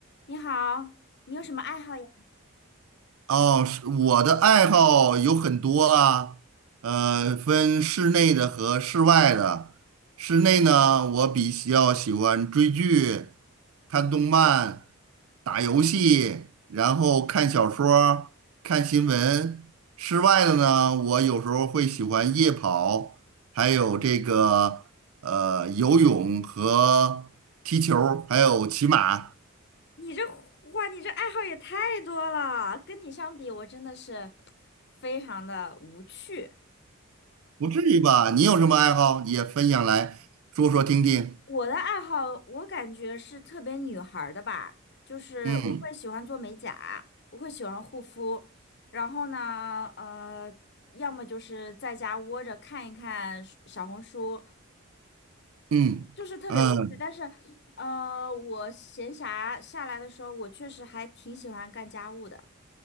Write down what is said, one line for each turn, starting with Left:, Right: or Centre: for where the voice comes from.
Left: 你好，你有什么爱好呀？
Right: 哦，是我的爱好有很多啊，呃，分室内的和室外的。室内呢，我比较喜欢追剧、看动漫、打游戏，然后看小说儿看新闻。室外的呢，我有时候会喜欢夜跑，还有这个呃游泳和踢球儿还有骑马。
Left: 你这话，哇，你这爱好也太多了。跟你相比，我真的是非常的无趣。
Right: 不至于吧？你有什么爱好也分享来说说听听。
Left: 我的爱好，我感觉是特别女孩儿的吧，就是我会喜欢做美甲，
Right: 嗯
Left: 我会喜欢护肤，然后呢，呃，要么就是在家窝着看一看小红书，
Right: 嗯嗯，
Left: 就是特别无趣。但是，呃，我闲暇下来的时候，我确实还挺喜欢干家务的。